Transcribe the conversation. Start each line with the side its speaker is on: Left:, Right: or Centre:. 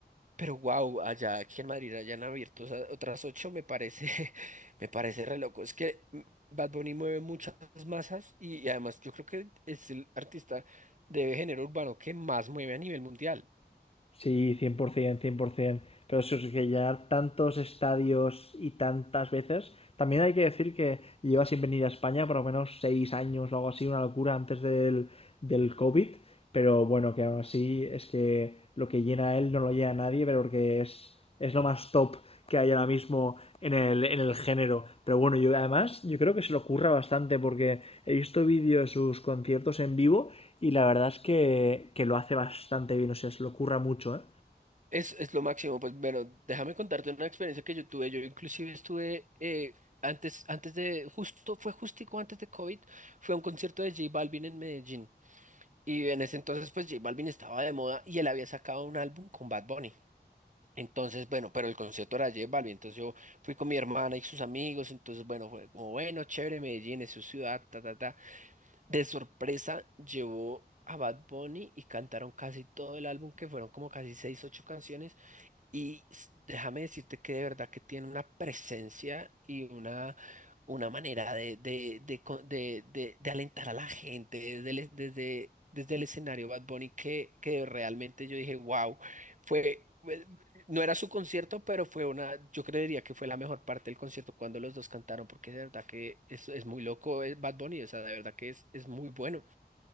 Right: Pero wow, allá aquí en Madrid hayan abierto esa- otras ocho me parece, <laughs> me parece re loco. Es que mm, Bad Bunny mueve muchas masas y, y además yo creo que es el artista de género urbano que más mueve a nivel mundial.
Left: Sí, cien cien, por ciento, cien por 100%. Pero eso es que llenar tantos estadios y tantas veces. También hay que decir que lleva sin venir a España por lo menos seis años o algo así, una locura antes del, del COVID. Pero bueno, que aún así es que lo que llena él no lo llena nadie, pero porque es, es lo más top que hay ahora mismo en el, en el género. Pero bueno, yo además, yo creo que se lo curra bastante porque he visto vídeos de sus conciertos en vivo y la verdad es que, que lo hace bastante bien, o sea, se lo curra mucho, ¿eh?
Right: Es, es lo máximo, pues bueno, déjame contarte una experiencia que yo tuve. Yo inclusive estuve eh, antes, antes de, justo, fue justico antes de COVID, fue a un concierto de J Balvin en Medellín. Y en ese entonces pues J Balvin estaba de moda y él había sacado un álbum con Bad Bunny. Entonces, bueno, pero el concierto era de J Balvin, entonces yo fui con mi hermana y sus amigos, entonces, bueno, fue como, bueno, chévere, Medellín es su ciudad, ta, ta, ta. De sorpresa llevó a Bad Bunny y cantaron casi todo el álbum, que fueron como casi seis, ocho canciones, y s- déjame decirte que de verdad que tiene una presencia y una, una manera de, de, de, co- de- de- de alentar a la gente desde el, desde, desde el escenario Bad Bunny que, que realmente yo dije, wow, fue, fue- no era su concierto, pero fue una, yo creería que fue la mejor parte del concierto cuando los dos cantaron, porque de verdad que es, es muy loco eh, Bad Bunny, o sea, de verdad que es, es muy bueno.